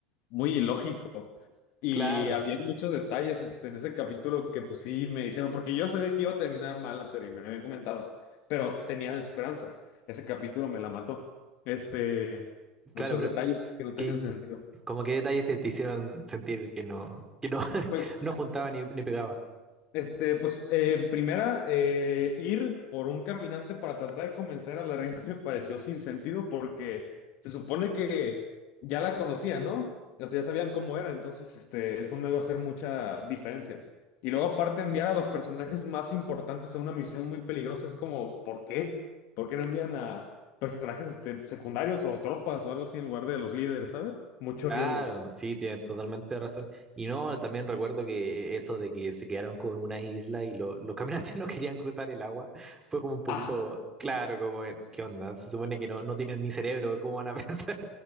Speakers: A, on the left; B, on the right.
A: muy ilógico. Y
B: Claro,
A: había muchos detalles este, en ese capítulo que pues sí me hicieron, porque yo sabía que iba a terminar mal la serie, me habían comentado, pero tenía esperanza. Ese capítulo me la mató. Este, muchos
B: claro, pero
A: detalles que no
B: ¿qué,
A: tenían sentido.
B: como qué detalles te, te hicieron sentir que no, que no, <laughs>
A: Pues
B: no juntaba ni, ni pegaba?
A: Este, pues, eh, primera, eh, ir por un caminante para tratar de convencer a la reina <laughs> me pareció sin sentido porque se supone que ya la conocía, ¿no? O sea, ya sabían cómo era, entonces, este, eso no iba a hacer mucha diferencia. Y luego, aparte, enviar a los personajes más importantes a una misión muy peligrosa es como, ¿por qué? ¿Por qué no envían a personajes, este, secundarios o tropas o algo así en lugar de los líderes, ¿sabes? Mucho
B: Claro,
A: riesgo.
B: sí, tienes totalmente razón. Y no, también recuerdo que eso de que se quedaron como en una isla y lo- los caminantes <laughs> no querían cruzar el agua, fue como un poquito,
A: Ah,
B: claro, como, ¿qué onda? Se supone que no, no tienen ni cerebro, ¿cómo van a <laughs> pensar